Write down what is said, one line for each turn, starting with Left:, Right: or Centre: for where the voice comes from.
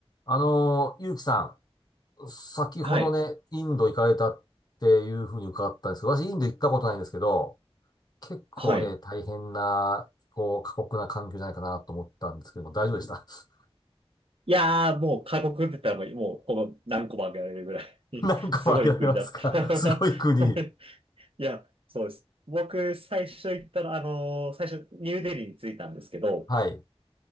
Left: あのー、ゆうきさん、先ほどね、
Right: はい。
Left: インド行かれたっていうふうに伺ったんですけど、私インド行ったことないんですけど、結構ね、
Right: はい。
Left: 大変な、こう、過酷な環境じゃないかなと思ったんですけども、大丈夫でした <laughs>
Right: いやー、もう過酷って言ったらもう、もうこの何個も挙げられるぐらい <laughs>
Left: 何個も挙げられますか
Right: すごい国だった
Left: <laughs> すごい国。
Right: <laughs> いや、そうです。僕、最初行ったら、あのー最初、ニューデリーに着いたんですけど、
Left: はい。